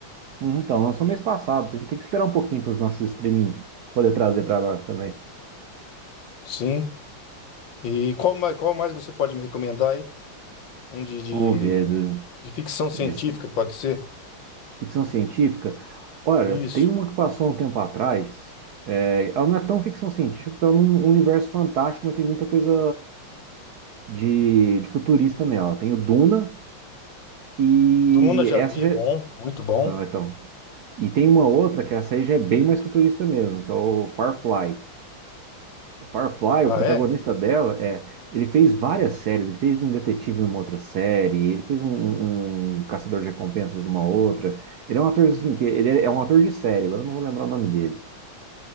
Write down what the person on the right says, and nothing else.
Uhum, Então, lançou mês passado. Tem, tem que esperar um pouquinho para os nossos streaming poder trazer para nós também.
Vamos ver. De,
de ci-
ficção científica. Olha,
tem uma que passou um tempo atrás. É, ela não é tão ficção científica, porque ela é um universo fantástico, mas tem muita coisa de, de futurista nela. Tem o Duna e
essa
já...
é,
ah, então. E tem uma outra que essa aí já é bem mais futurista mesmo, que é o Firefly. O Firefly,
o protagonista
dela, é, ele fez várias séries. Ele fez um detetive numa outra série, ele fez um, um- um caçador de recompensas numa outra. Ele é um ator assim que ele é um ator de série. Agora eu não vou lembrar o nome dele,